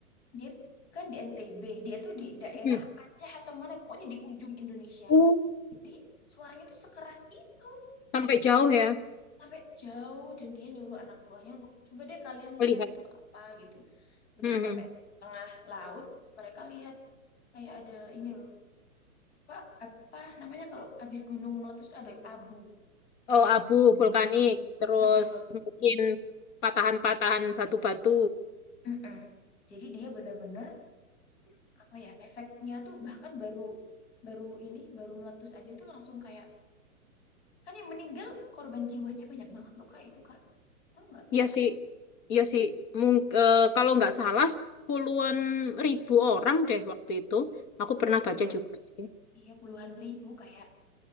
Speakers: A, on the left (about 45°); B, on the left (about 25°).
A: dia kan di NTB dia tuh di daerah
B: Hmm.
A: Aceh atau mana pokoknya di ujung Indonesia
B: Oh,
A: jadi suaranya tuh sekeras itu
B: sampai jauh ya.
A: sampai jauh dan dia nyuruh anak buahnya untuk coba deh kalian
B: Oh,
A: lihat
B: Lihat.
A: itu apa gitu. Begitu
B: Hmm.
A: sampai
B: hmm.
A: tengah laut, mereka lihat kayak ada ini loh, Pak, apa namanya kalau habis gunung meletus tuh ada abu.
B: Oh, abu vulkanik, terus
A: Heeh, baru-
B: mungkin patahan-patahan batu-batu.
A: heeh. Jadi dia bener-bener apa ya efeknya tuh bahkan baru baru ini baru meletus aja tuh langsung kayak kan yang meninggal korban jiwanya banyak banget loh kak itu kak tahu nggak?
B: Iya sih, iya sih. Mung eh, kalau nggak salah puluhan ribu orang deh waktu itu. Aku pernah
A: Iya puluhan,
B: baca juga sih.
A: iya puluhan ribu kayak